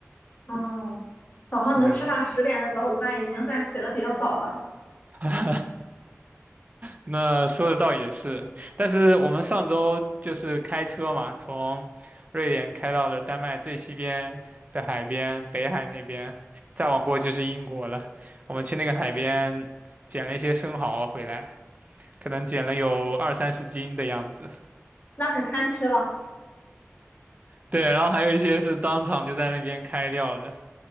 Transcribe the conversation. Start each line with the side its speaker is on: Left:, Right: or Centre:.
Left: 嗯，早上能吃上十点的早午饭，
Right: 对，
Left: 已经算起的比较早了，
Right: <laughs> 那说的倒也是，但是我们上周就是开车嘛，从瑞典开到了丹麦最西边的海边，北海那边，再往过就是英国了。我们去那个海边捡了一些生蚝回来。可能减了有二三十斤的样子。
Left: 那很贪吃了。
Right: 对，然后还有一些是当场就在那边开掉的，